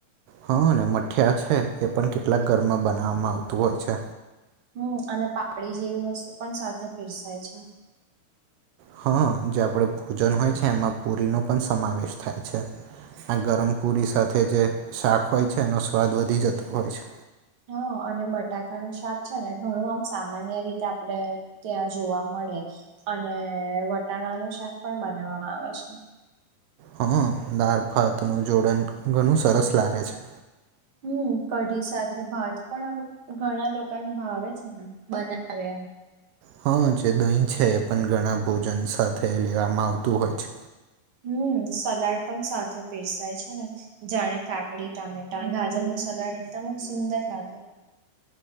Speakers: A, on the right (about 75°); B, on the right (about 45°).
A: હા ને મઠિયા છે એ પણ કેટલાક ઘરમાં બનાવવામાં આવતું હોય છે.
B: હું અને પાપડી જેવી વસ્તુ પણ સાથે પીરસાય છે.
A: હા જે આપડે ભોજન હોય છે એમાં પુરીનો પણ સમાવેશ થાય છે. આ ગરમ પુરી સાથે જે શાક હોય છે એનો સ્વાદ વધી જતો હોય છે.
B: હા અને બટાકાનું શાક છે ને ઘણું આમ સામાન્ય રીતે આપડે ત્યાં જોવા મળે અને વટાણા નું શાક પણ બનાવવામાં આવે છે.
A: હા દાર ભાત નું જોડણ ઘણું સરસ લાગે છે.
B: હમ કઢી સાથે ભાત પણ આમ ઘણા લોકોને ભાવે છે ને, બનાવે
A: હં જે દહીં છે એ પણ ઘણા ભોજન સાથે લેવામાં આવતું હોય છે.
B: હમ સલાડ પણ સાથે પીરસાય છે ને જાણે કાકડી, ટામેટા, ગાજર નું સલાડ એકદમ સુંદર લાગે.